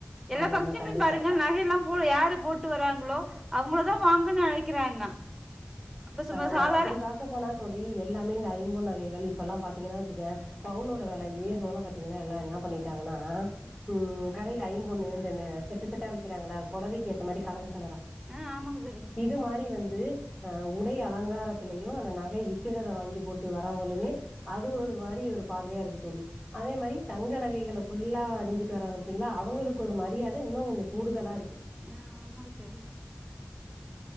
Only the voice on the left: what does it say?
ஆமாமா
கண்டிப்பா
ஆமா
அப்டி பாக்க போனா தோழி எல்லாமே இந்த ஐம்பொன் நகைகள் இப்ப எல்லா பாத்தீங்கன்னா வச்சுக்கே பவுனோட வெல ஏர்னுனா பாத்தீங்கனா எல்லா என்னாப் பண்ணிட்டாங்கனா
ம் கடைல ஐம்பொண்ணு இந்தனே செட்டு செட்டா விக்கிறாங்களா பொடவைக்கு ஏத்த மாரி கலரு கலரா
இது மாரி வந்து அ ஒ உடை அலங்காரத்திலயு அந்த நகை விக்கிறத வாங்கி போட்டு வரவுங்களுமே அது ஒரு வரி ஒரு பார்வையா இருக்கு தோழி அதே மாரி தங்க நகைகளப் ஃபுல்லா அறிஞ்சிட்டு வராங்க பாத்தீங்ளா அவுங்களுக்கு ஒரு மரியாத இன்னு கொஞ்சோ கூடுதலா இருக்கு